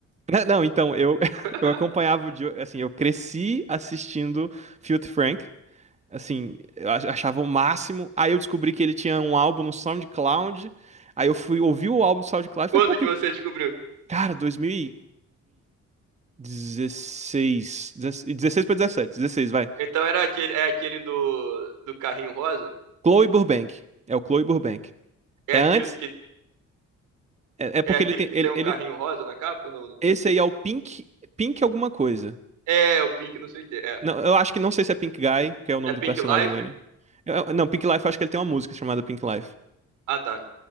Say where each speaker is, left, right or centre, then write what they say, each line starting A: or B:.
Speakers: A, on the right (about 20°); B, on the right (about 85°).
A: <laughs> Não, então, eu, <laughs>
B: <laughs>
A: eu acompanhava o Joe, assim, eu cresci assistindo Filthy Frank, assim, eu ach- achava o máximo, aí eu descobri que ele tinha um álbum no SoundCloud, aí eu fui ouvir o álbum do SoundCloud e
B: Quando
A: falei, pô, que,
B: que você descobriu?
A: cara, 2000 e... 16. dezesseis pra 17. dezesseis vai.
B: Então era aquele, é aquele do, do carrinho rosa?
A: Chloe Burbank. É o Chloe Burbank.
B: É
A: É
B: aquele
A: antes.
B: que
A: É, é porque
B: é aquele
A: ele tem.
B: que
A: Ele,
B: tem um
A: ele,
B: carrinho rosa na capa? Não, né?
A: esse aí é o Pink. Pink alguma coisa.
B: É, o Pink não sei o que. É.
A: Não, eu acho que não sei se é Pink Guy, que é o nome
B: É Pink
A: do personagem
B: Life?
A: dele. Eu- eu- não, Pink Life, eu acho que ele tem uma música chamada Pink Life.
B: Ah, tá.